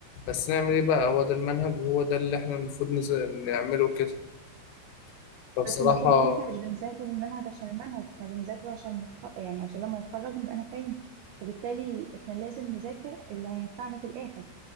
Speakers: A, on the left; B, on the right.
A: بس نعمل ايه بقى هو ده المنهج وهو ده اللي احنا المفروض نز- نعمله كده فبصراحة
B: بس المفروض ان احنا مش بنذاكر المنهج عشان المنهج احنا بنذاكره عشان نتخ... يعني عشان لما نتخرج نبقى نافعين فبالتالي احنا لازم نذاكر اللي هينفعنا في الاخر